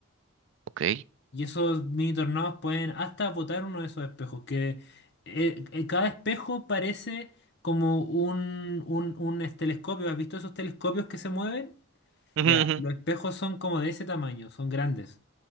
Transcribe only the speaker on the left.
y esos mini tornados pueden hasta botar uno de esos espejos, que eh, eh, cada espejo parece como un, un, un es- telescopio. ¿Has visto esos telescopios que se mueven?
Ya,
los espejos son como de ese tamaño, son grandes.